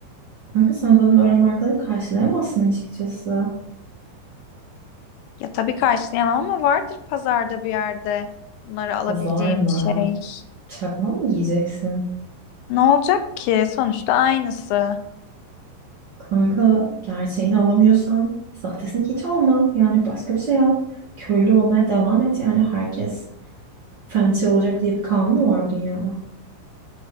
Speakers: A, on the right; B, on the left.
A: Kanka sen zaten öyle markaları karşılayamazsın açıkçası.
B: Ya tabii karşılayamam ama vardır pazarda bir yerde bunları alabileceğim
A: Hazar mı?
B: bir şey.
A: Çakma mı giyeceksin?
B: Ne olacak ki? Sonuçta aynısı.
A: Kanka gerçeğini alamıyorsan sahtesini hiç alma. Yani başka bir şey al. Köylü olmaya devam et. Yani herkes fancy olacak diye bir kanun mu var bu dünyada?